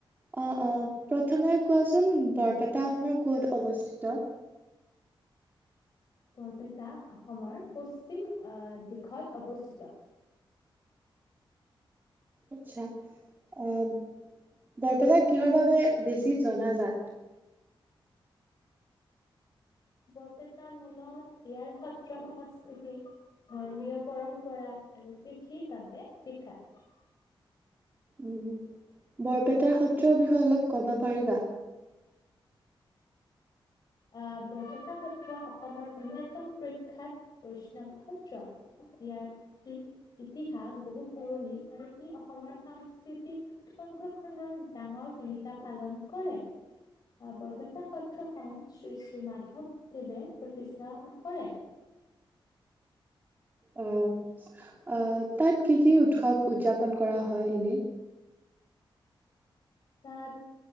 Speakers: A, on the right (about 20°); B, on the left (about 50°).
A: অ অ প্ৰথমে কোৱা চো কোন, বৰপেটা অসমৰ ক'ত অৱস্থিত?
B: বৰপেটা অসমৰ পশ্চিম আহ দিশত অৱস্থিত।
A: আচ্ছা। আহ, বৰপেটা কিহৰ বাবে বেছি জনাজাত?
B: বৰপেটা মূলত ইয়াৰ সত্ৰ সংস্কৃতি, ধৰ্মীয় পৰম্পৰা আৰু কৃষিৰ বাবে বিখ্যাত।
A: উ, বৰপেটা সত্ৰৰ বিষয়ে অলপ ক'ব পাৰিবা?
B: আহ বৰপেটা সত্ৰ অসমৰ অন্যতম প্ৰখ্যাত বৈষ্ণৱ সত্ৰ। ইয়াৰ ই-ইতিহাস বহু পুৰণি আৰু ই অসমৰ সাংস্কৃতিক সংৰক্ষণৰ ডাঙৰ ভূমিকা পালন কৰে। অহ বৰপেটা সত্ৰখন শ্ৰী শ্ৰী মাধৱদেৱে প্ৰতিষ্ঠা কৰে।
A: অহ, আহ তাত কি কি উৎসৱ উদযাপন কৰা হয় এনে?
B: তাত